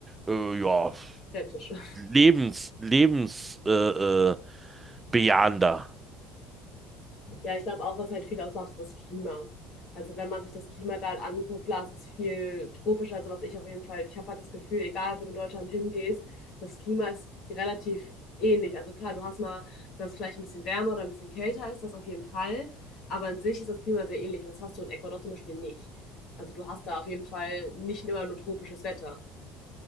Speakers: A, on the right; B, on the left.
A: äh, ja.
B: Städtisch. <laughs>
A: Lebens, Lebens, äh, äh, bejahender.
B: Ja, ich glaube auch, was halt viel ausmacht, ist das Klima. Also wenn man sich das Klima da halt anguckt, klar, es ist viel tropisch. Also was ich auf jeden Fall, ich habe halt das Gefühl, egal wo du in Deutschland hingehst, das Klima ist relativ ähnlich. Also klar, du hast mal, dass es vielleicht ein bisschen wärmer oder ein bisschen kälter ist, das auf jeden Fall. Aber an sich ist das Klima sehr ähnlich und das hast du in Ecuador zum Beispiel nicht. Also du hast da auf jeden Fall nicht immer nur tropisches Wetter.